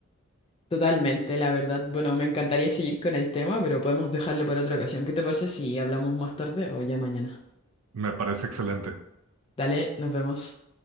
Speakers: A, on the left; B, on the right.
A: Totalmente, la verdad. Bueno, me encantaría seguir con el tema, pero podemos dejarlo para otra ocasión. ¿Qué te parece si hablamos más tarde o ya mañana?
B: Me parece excelente.
A: Dale, nos vemos.